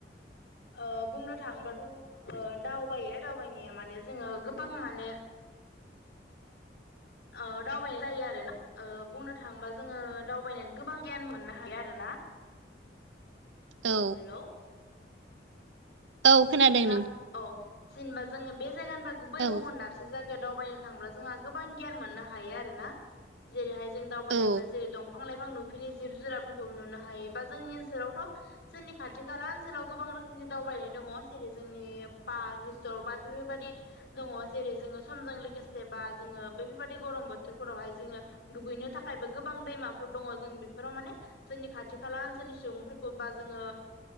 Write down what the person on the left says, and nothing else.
ओ बुंनो थाङोब्लाथ ओ दावबायो दावबायनाया माने जोङो गोबां माने। ओ दावबायनाय जायो आरोना बुंनो थाङोबा जोङो दावबायनानै गोबां गियान मोननो हायो आरोना
हेलौ
नोंथां औ जेनेबा जोङो बे जायगानि दा बै
गुबुन दाब से जायगायाव दावबायनो थांङोब्ला जोंहा गोबां गियान मोननो हायो आरोना जेरैहाय जों दावबायनायबा
जेरै दंफां लाइफां नुफेरै जिब जुनारफोरखौबो नुनो हायो बा जोंनि ओनसोलावथ'। जोंनि खाथि खाला ओनसोलाव गोबां रोखोमनि दावबायनाय दङ जेरै जोंनि पार्क रिजर्ट बा बेफोरबादि दङ जेरै जोङो समजों लोगोसे बा जोङो बेफोर बेबायदि गरम बोथोरफोरावहाय जोङो। दुगैनो थाखायबो गोबां दैमाफोर दङ जों बेफोराव माने। जोंनि खाथि खाला ओनसोलनि सुबुंफोरखौ बा जोङो